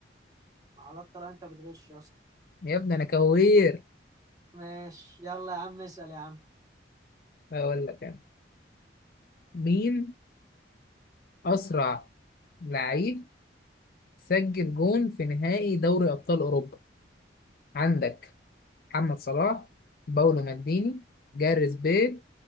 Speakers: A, on the right; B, on the left.
A: على الطلاق انت بتغش يا اسطى
B: يا ابني أنا كوير
A: ماشي يلا يا عم اسال يا عم
B: هقول لك أنا مين أسرع لعيب سجل جون في نهائي دوري أبطال أوروبا عندك محمد صلاح باولو مالديني جاريث بيل